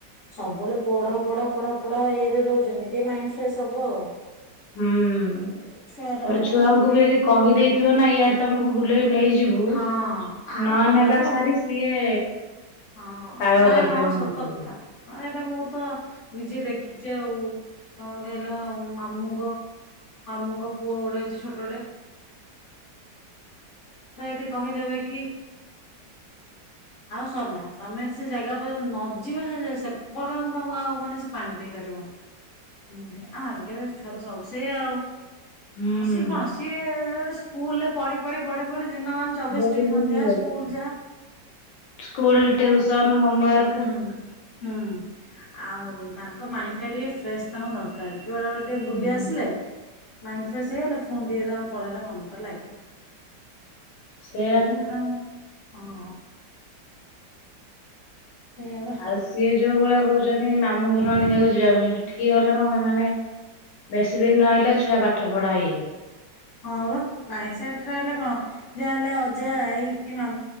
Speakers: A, on the left; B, on the left.
A: ସବୁବେଳେ ପଢା ପଢା ପଢା ପଢା ଇଏରେ ରହୁଛନ୍ତି ଟିକେ ମାଇଣ୍ଡ ଫ୍ରେଶ ହବ ଆଉ
B: ହୁଁ ତାପରେ
A: ଛୁଆରା ନା ତାଙ୍କୁ
B: ଛୁଆଙ୍କୁ
A: ବୁଲି
B: ବି ଯି କହିଦେଇ ଥିବ ନା ଇଆଡ ତମକୁ ବୁଲେଇ ନେଇ ଯିବୁ ନ
A: ହଁ ଆଉ ସରିଲା
B: ନେବା
A: ତ
B: ସାରି ସିଏ
A: ହଁ
B: ପାଗଳ
A: ନାଇଁ
B: କରିଦେବେ
A: ହଁ
B: ମଣିଷକୁ
A: ସତ କଥା ମୁ ତ ନିଜେ ଦେଖିଛି ଆଉ କଣ କହିଲ ମ ମୋ ମଙ୍କ ପୁଅ ଗୋଟେ ଅ ଛୋଟଟେ ଥି କହିଦବେ କି ଯ ସଲା ତମେ ସେ ଜାଗା ଉପ ନ ଯିବ ସେ ସେ ପର୍ଯ୍ୟନ୍ତ ତମକୁ ଆଉ ମହାନେ ସେ ପାଣି ପିଇ ସାରିବତି ଆ ଆଜିକାଲି ଛୁଆ ତ ସବୁ ସେଇ ଆଉ
B: ହୁଁ।
A: ଆଉ ସିଏ କଣ ସିଏ ସ୍କୁଲ ରେ ପଢି ପଢି ପଢି ପଢି ଦିନମାନ ଚବିଶ
B: ବୋରିଂ
A: ଟିଉସନ
B: ହେଇଯାଉଛି
A: ଯାଏ ଆଉ ସ୍କୁଲ ଯା
B: ସ୍କୁଲ
A: ସବୁ ପଢ
B: ଟିୟୁସନ୍ ହୋମୱର୍କ
A: ହୁଁ ହୁଁ ଆଉ ତାଙ୍କ ମାଇଣ୍ଡ ଟା ଟିକେ ଫ୍ରେଶ ତାଙ୍କୁ ଦରକାର ବେଳେ ବେଳେ ଟିକେ ବୁଲି
B: ହୁଁ।
A: ଆସିଲେ ମାଇଣ୍ଡ ଫ୍ରେଶ୍ ହେଇଗଲା ଫୋନ୍ ଟିକେ ତମ ପଢ଼ଲେ ମନଟା ଲାଗିବ।
B: ସେଇଆ
A: କେତେ
B: ବା
A: ତାଙ୍କୁ ହଁ ସେଇଆ ବା
B: ଆଉ ସିଏ ଯୋଉଭଳିଆ କହୁଛନ୍ତି ମାମୁଁ ଘର ମାନି କାକୁ ଯିବା ପାଇଁ ସେଠିକି ଗଲେ କଣ ପାଇଁ ମାନେ ବେଶୀ ଦିନ ରହିଲେ ଛୁଆ ପାଠ ପଢା ଇଏ
A: ହଁ ବା ନାଇଁ ସେଠି ରହିଲେ କଣ ଯାହାହେଲେ ଅଜା ଆଇ କି ମା